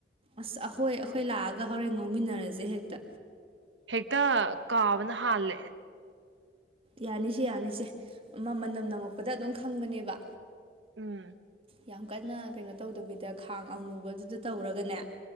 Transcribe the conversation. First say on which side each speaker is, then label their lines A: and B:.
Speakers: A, on the right; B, on the right.
A: ꯑꯁ ꯑꯍꯣꯏ ꯑꯩꯈꯣꯏ ꯂꯥꯛꯑꯒ ꯍꯣꯔꯦꯟ ꯉꯧꯃꯤꯟꯅꯔꯁꯦ ꯍꯦꯛꯇ꯫
B: ꯍꯦꯛꯇ ꯀꯥꯕꯅ ꯍꯥꯜꯂꯦ꯫
A: ꯌꯥꯅꯤꯁꯦ ꯌꯥꯅꯤꯁꯦ ꯑꯃ ꯃꯅꯝ ꯅꯝꯃꯛꯄꯗ ꯑꯗꯨꯝ ꯈꯪꯕꯅꯦꯕ꯫
B: ꯎꯝ꯫
A: ꯌꯥꯝ ꯀꯟꯅ ꯀꯩꯅꯣ ꯇꯧꯗꯕꯤꯗ ꯈꯥꯡ ꯑꯃꯨꯕꯗꯨꯗ ꯇꯧꯔꯒꯅꯦ꯫